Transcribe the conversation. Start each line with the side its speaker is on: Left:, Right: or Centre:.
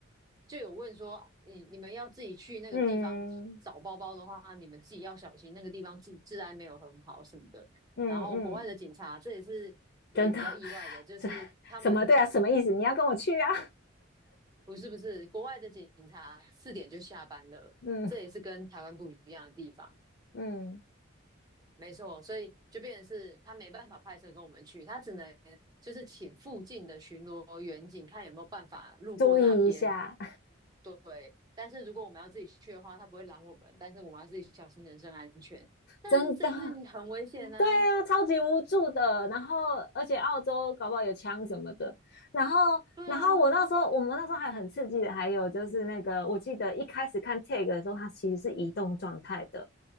Right: 就有问说，你你们要自己去那个地方找包包的话，
Left: 嗯
Right: 你们自己要小心，那个地方治治安没有很好什么的。
Left: 嗯嗯，
Right: 然后国外的警察，这也是也比较意外的，
Left: 真的，
Right: 就是他们。
Left: 这什么对啊？什么意思？你要跟我去啊？
Right: 不是不是，国外的警察四点就下班了，
Left: 嗯
Right: 这也是跟台湾不一样的地方。
Left: 嗯，
Right: 没错，所以就变成是他没办法派车跟我们去，他只能就是请附近的巡逻员警看有没有办法路过那边。
Left: 注意一下，
Right: 对，但是如果我们要自己去的话，他不会拦我们，但是我们要自己小心人身安全。但是这件事情很危险啊！
Left: 真的对啊，超级无助的。然后，而且澳洲搞不好有枪什么的。然后，
Right: 对啊，
Left: 然后我那时候，我们那时候还很刺激的，还有就是那个，我记得一开始看 tag 的时候，它其实是移动状态的，